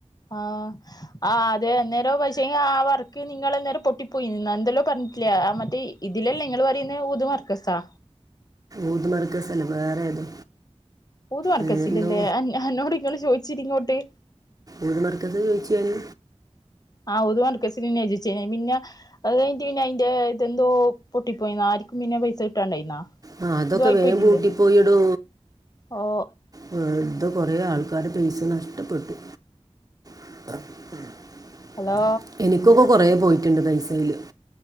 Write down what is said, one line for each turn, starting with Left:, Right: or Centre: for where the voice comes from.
Left: ആഹ് ആഹ് അതെ അന്നേരോ പൈസ ആ വർക്ക് നിങ്ങള്ന്നേരം പൊട്ടിപ്പോയി ന്ന് എന്തല്ലോ പറഞ്ഞിട്ടില്ലേ ആ മറ്റേ ഇതിലല്ലേ ഇങ്ങൾ പറയുന്നത് ഊത് മർക്കസോ
Right: ഊദ് മർക്കസ്സല്ല വേറെ ഏതോ
Left: ഊത് മർക്കസില്ലല്ലേ
Right: ഏ, എന്തോ
Left: എന്നോട് ഇങ്ങൾ ചോദിച്ചി ഇങ്ങോട്ട്.
Right: ഊത് മാർക്കസ് ചോദിച്ചു ഞാന്
Left: ആഹ് ഊദ് മർക്കസിന് തന്നെ ചോദിച്ചേ ഏ പിന്നെ അത് കഴിഞ്ഞിട്ട് പിന്നെ അയിന്റെ ഇതെന്തോ പൊട്ടിപ്പോയിന്നാ ആരിക്കും പിന്നെ പൈസ കിട്ടാണ്ടായിന്നാ
Right: ആഹ് അതൊക്കെ
Left: എന്തോ ആയി
Right: വേഗം
Left: പോയിട്ടില്ലേ
Right: പൂട്ടി പോയി എടോ
Left: ഓ
Right: വെറുതെ കുറെ ആൾക്കാരെ പൈസ നഷ്ടപ്പെട്ടു. <inaudible>
Left: ഹലോ
Right: എനിക്കൊക്കെ കൊറേ പോയിട്ടുണ്ട് പൈസ അയില്